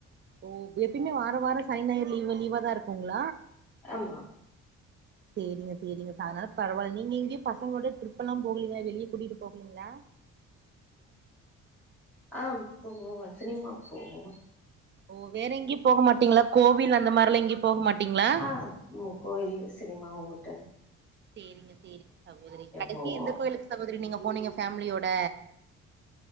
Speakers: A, on the right; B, in the centre.
A: ஓ எப்பய்மே வார வாரொ சனி நாயிறு லீவு லீவாதா இருக்குங்களா
B: ஆமா
A: சேரிங்க சேரிங்க ச அதனால பரவால நீங்க எங்கேய்ப் பசங்களோட டிரிப்பலாம் போகலீங்களா வெளியே கூட்டிட்டு போகலீங்களா
B: ஆஹ் போவோ சினிமாக் போவோ
A: ஓ வேற எங்கேயு போக மாட்டீங்களாக் கோவில் அந்த மார் அதுலா எங்கேயு போக மாட்டீங்களா
B: ஆ கோயில் சினிமா ஓட்டல்
A: சேரிங்க சேரிங்க சகோதரி கடசியா
B: போவோம்
A: எந்த கோயிலுக்கு சகோதரி நீங்கப் போனீங்க ஃபேமிலியோட